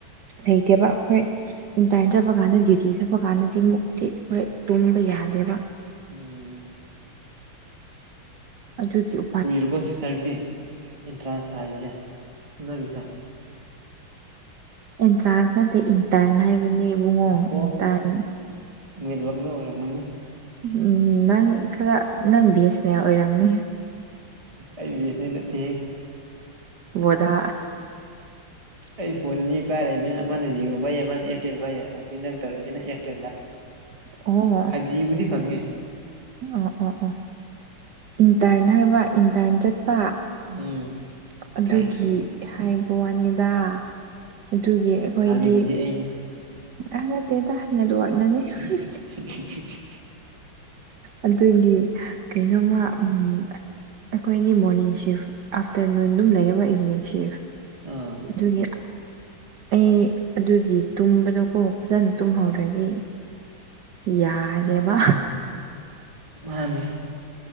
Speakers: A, on the right (about 60°); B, on the right (about 15°).
A: ꯂꯩꯇꯦꯕ ꯑꯩꯈꯣꯏ ꯏꯟꯇꯥꯔꯟ ꯆꯠꯄ ꯀꯥꯟꯗ ꯗ꯭ꯌꯨꯇꯤ ꯆꯠꯄ ꯀꯥꯟꯗꯗꯤ ꯃꯨꯛꯇꯤ ꯍꯣꯏ ꯇꯨꯝꯕ ꯌꯥꯗꯦꯕ
B: ꯎꯝ
A: ꯑꯗꯨꯀꯤ ꯎ
B: ꯀꯨꯏꯔꯕ ꯁꯤꯁꯇꯔꯗꯤ ꯑꯦꯟꯇ꯭ꯔꯥꯟꯁ ꯊꯥꯔꯤꯁꯦ ꯍꯣꯠꯅꯔꯤꯁꯦ
A: ꯑꯦꯟꯇ꯭ꯔꯥꯟꯁ ꯅꯠꯇꯦ ꯏꯟꯇꯔꯟ ꯍꯥꯏꯕꯅꯦꯕꯨꯡꯉꯣ
B: ꯑꯣꯍꯣ
A: ꯏꯟꯇꯔꯟ
B: ꯅꯦꯠꯋꯥꯛꯅ ꯑꯣꯏꯔꯝꯃꯅꯤ
A: ꯎꯝ ꯅꯪ ꯈꯔ ꯅꯪ ꯕꯤ ꯑꯦꯁ ꯅꯦꯜ ꯑꯣꯏꯔꯝꯅꯤ
B: ꯑꯩ ꯕꯤ ꯑꯦꯁ ꯅꯦꯜ ꯅꯠꯇꯦ
A: ꯑꯣꯗꯥ
B: ꯑꯩ ꯐꯣꯟ ꯑꯅꯤ ꯄꯥꯏꯔꯂꯩꯕꯅꯤꯅ ꯃꯥꯅ ꯖꯤꯑꯣ ꯄꯥꯏꯌꯦ ꯃꯥꯅ ꯑꯦꯌꯥꯔꯇꯦꯜ ꯄꯥꯏꯌꯦ ꯍꯧꯖꯤꯛ ꯅꯪ ꯇꯧꯔꯛꯏꯁꯤꯅ ꯑꯦꯌꯔ ꯇꯦꯜꯗ
A: ꯑꯣ
B: ꯐꯥꯏꯚ ꯖꯤꯕꯨꯗꯤ ꯐꯪꯉꯦ
A: ꯑꯣ ꯑꯣ ꯑꯣ ꯏꯟꯇꯔꯟ ꯍꯥꯏꯕ ꯏꯟꯇꯔꯟ ꯆꯠꯄ
B: ꯎꯝ
A: ꯑꯗꯨꯒꯤ
B: ꯈꯪꯉꯦ ꯈꯪꯉꯦ
A: ꯍꯥꯏꯕ ꯋꯥꯅꯤꯗ ꯑꯗꯨꯒꯤ ꯑꯩꯈꯣꯏꯒꯤ
B: ꯂꯥꯜꯂꯤꯕꯨꯗꯤ ꯑꯩꯅꯤ
A: ꯑꯥ ꯅꯠꯇꯦꯗ ꯅꯦꯠꯋꯥꯔꯛꯅꯅꯦ ꯍꯝꯝ
B: <unintelligible>
A: ꯑꯗꯨꯏꯗꯤ ꯀꯩꯅꯣꯝꯃ ꯎꯝ ꯑꯩꯈꯣꯏꯅꯤ ꯃꯣꯔꯅꯤꯡ ꯁꯤꯐ ꯑꯥꯐꯇꯔꯅꯨꯟ ꯑꯗꯨꯝ ꯂꯩꯌꯦꯕ ꯏꯚꯤꯅꯤꯡ ꯁꯤꯐ
B: ꯑꯥ
A: ꯑꯗꯨꯒꯤ ꯑꯩ ꯑꯗꯨꯒꯤ ꯇꯨꯝꯕꯗꯣꯀꯣ ꯐꯖꯅ ꯇꯨꯝꯍꯧꯗ꯭ꯔꯗꯤ ꯌꯥꯔꯦꯕ
B: ꯃꯥꯅꯤ